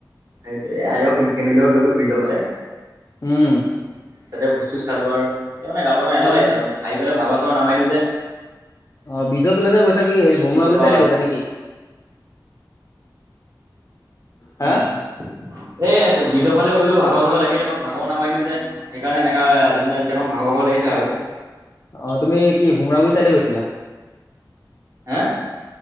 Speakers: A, on the right (about 45°); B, on the left (about 40°).
A: সেইটো আজি মই ফেমিলিৰ লগত গ'লো ব্ৰিজৰ ফালে।
B: উম
A: তাতে ভোজ -চোজ খালোঁ আৰু তাৰ মানে গাটো অলপ এলাল লাগিছে
B: এ
A: আহি পেলাই ভাগৰ চাগৰ নামাৰিলো যে
B: অ ব্ৰিজয়ফালে যে গৈছা কি সে বমুৱাগৰ
A: ক'বা
B: চাইডে
A: আৰু
B: গৈছা নেকি? হা
A: অ এ ব্ৰিজৰ ফালে গলো ভাগৰ চাগৰ লাগিলে অকমান ভাগৰ নামাৰিলো যে। সেইকাৰণে এনেকুৱা
B: অ
A: আজি মানে এতিয়া অকমান ভাগ ভাগৰ লাগিছে আৰু
B: অ তুমি কি ভোমৰাবুৰি ছাইডে গৈছিলা।
A: হে